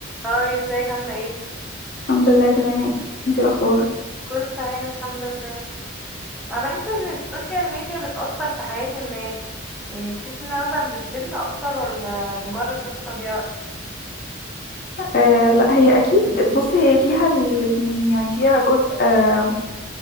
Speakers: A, in the centre; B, on the left (about 45°).
A: هاي ازيك عاملة ايه؟
B: الحمد لله تمام انتي الاخبار
A: كله تمام الحمد لله انا بحس ان السوشيال ميديا بتأثر في حياة الناس يعني تحس انها مثلا بتفيدنا اكتر ولا مجرد بس تضييع وقت
B: آه لا هي اكيد بصي هي فيها الاتنين يعني فيها جزء آه